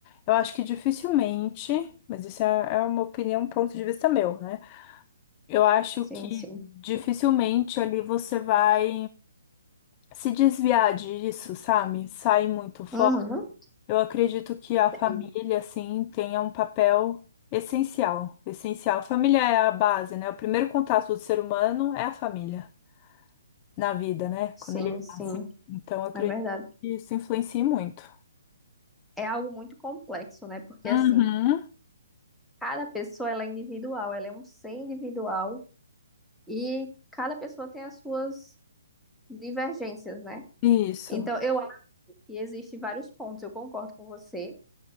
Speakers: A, on the left; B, in the centre.
A: Eu acho que dificilmente, mas isso é é uma opinião, um ponto de vista meu, né? Eu acho
B: Sim,
A: que
B: sim.
A: dificilmente ali você vai se desviar disso, sabe? Sai muito
B: Uhum.
A: eu acredito que a família,
B: Entendi.
A: assim, tenha um papel essencial, essencial. Família é a base, né? O primeiro contato do ser humano é a família, na vida, né?
B: Sim,
A: Quando ele
B: sim,
A: nasce. Então, eu acredito
B: é verdade.
A: que isso influencia muito.
B: É algo muito complexo, né? Porque
A: Uhum.
B: assim, cada pessoa ela é individual, ela é um ser individual e cada pessoa tem as suas divergências, né?
A: Isso.
B: Então, eu acho que existe vários pontos, eu concordo com você,